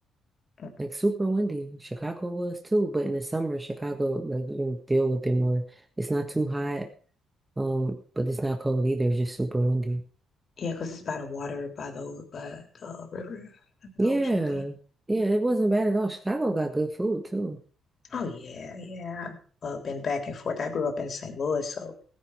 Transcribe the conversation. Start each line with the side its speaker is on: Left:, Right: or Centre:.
Left: Mm.
Right: like super windy. Chicago was too, but in the summer, Chicago, like you can deal with it more. It's not too hot. Um, but it's not cold either. It's just super windy.
Left: Yeah, because it's by the water, by the by the river, and the
Right: Yeah.
Left: ocean thing.
Right: Yeah, it wasn't bad at all. Chicago got good food too.
Left: Oh yeah, yeah. Uh, been back and forth. I grew up in St. Louis, so